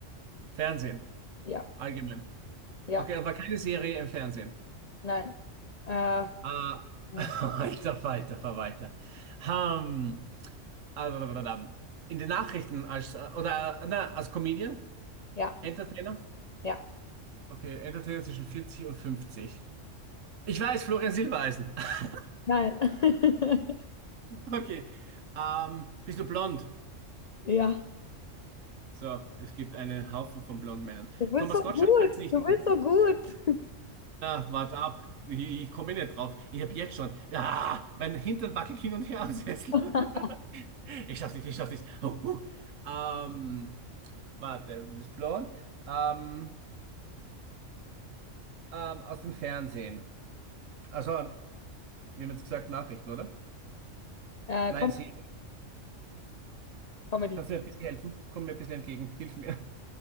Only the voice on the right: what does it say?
Fernsehen,
allgemein.
Okay, aber keine Serie im Fernsehen.
Ah,
<laughs> alter Falter, Verwalter. Ähm, ah, in den Nachrichten als, äh, oder, äh, na, als Comedian?
Entertainer?
Okay, Entertainer zwischen 40 und 50. Ich weiß, Florian Silbereisen. <laughs>
Okay. Ähm, bist du blond?
So, es gibt einen Haufen von blonden Männern.
Thomas
Gottschalk kann es nicht.
sein.
Na, wart ab. Ich, ich komme nicht drauf. Ich habe jetzt schon. Ja, mein Hintern wackelt hin und her am Sessel.
<laughs> Ich schaff's nicht, ich schaff's nicht. Oh, uh. Ähm, Warte, du bist blond. Ähm, ähm, aus dem Fernsehen. Also, wir haben jetzt gesagt Nachrichten, oder?
Nein,
sie.
Kannst du mir ein bisschen helfen? Komm mir ein bisschen entgegen. Hilf mir.